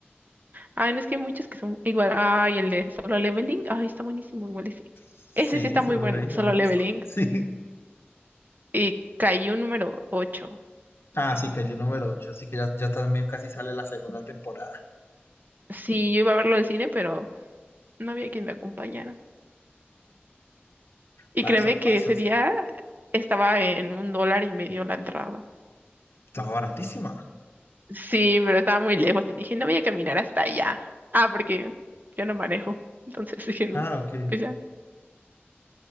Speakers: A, on the right; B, on the left.
A: Ay, no es que hay muchos que son igual. Ay, el de Solo Leveling. Ay, está buenísimo, igual ese.
B: Sí,
A: Ese sí está
B: se
A: muy
B: lo
A: bueno,
B: leí, entonces
A: Solo
B: me
A: Leveling.
B: gustó. <laughs> Sí.
A: Y cayó número ocho
B: Ah, sí, cayó número 8 así que ya, ya también casi sale la segunda temporada.
A: Sí, yo iba a verlo al cine, pero no había quien me acompañara. Y
B: Pasa,
A: créeme que
B: pasas.
A: ese día estaba en un dólar y medio la entrada.
B: Estaba baratísima.
A: Sí, pero estaba muy lejos y dije, no voy a caminar hasta allá. Ah, porque yo no manejo. Entonces <laughs> dije, "No,
B: Ah, ok. ok.
A: pues ya.